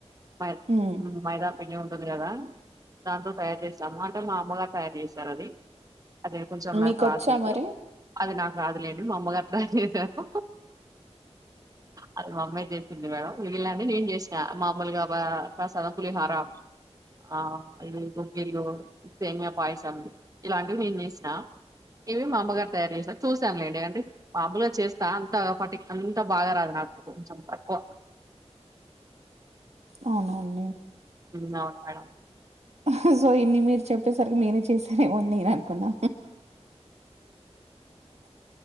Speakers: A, on the right (about 30°); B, on the right (about 70°).
A: మై
B: ఉమ్
A: మైదా అయ్యే ఉంటది కదా, దాంతో తయారు చేస్తాము, అంటే మా అమ్మగారు తయారు చేశారు అది. అది కొంచెం నాకు
B: మీకొచ్చా
A: రాదిది,
B: మరి
A: అది నాక్ రాదులేండి మా అమ్మగారు తయార్ చేశారు. అది మామ్మే చేసి ఏంది మేడం మిగిలండి నేను చేసినా మామూలుగా ప ప్రసాద పులిహార, ఆ ఇవి బొగ్గిలు, సేమియా పాయిసం ఇలాంటివి నేను చేసినా. ఇవి మామ్మగారు తయారు చేసారు చూసాం లేండి, అంటే మామూలుగా చేస్తా అంత పటి అంత బాగా రాదు నాకు. కొంచెం తక్కువ
B: అవును అండి
A: ఉమ్ అవును మేడం
B: అహ్హ్ సో ఇన్ని మీరు చెప్పేసరికి మీరే చేసారేమోని నేను అనుకున్నా. హహ్